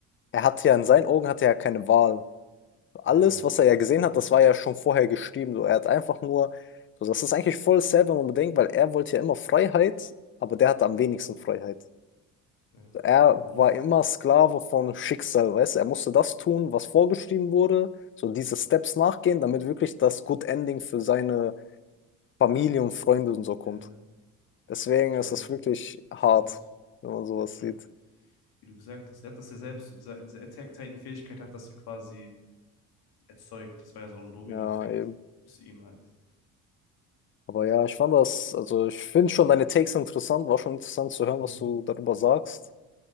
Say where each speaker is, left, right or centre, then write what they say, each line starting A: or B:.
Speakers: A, on the left; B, on the left.
A: er hatte ja in seinen Augen hatte er ja keine Wahl. Alles,
B: ja,
A: was er ja gesehen
B: deshalb,
A: hat, das war ja schon vorher geschrieben. So, er hat einfach nur, so, das ist eigentlich voll sad, wenn man bedenkt, weil er wollte ja immer Freiheit, aber der hatte am wenigsten Freiheit.
B: äh,
A: Er
B: der muss,
A: war immer Sklave von Schicksal, weißt du? Er musste das tun, was vorgeschrieben wurde, so diese Steps nachgehen, damit wirklich das Good Ending für seine Familie und Freunde und so kommt.
B: äh,
A: Deswegen
B: ja, ich
A: ist
B: meine,
A: das wirklich hart,
B: ist gut.
A: wenn man sowas
B: Ja, ich meine,
A: sieht.
B: wie du gesagt hast, der hat das ja selbst, so diese, diese Attack-Titan-Fähigkeit hat das ja quasi erzeugt. Das war ja so ein Domino-Effekt
A: Ja, eben.
B: bis ihm halt.
A: Aber ja, ich fand das, also ich finde schon deine Takes interessant, war schon interessant zu hören,
B: Mhm.
A: was du darüber sagst.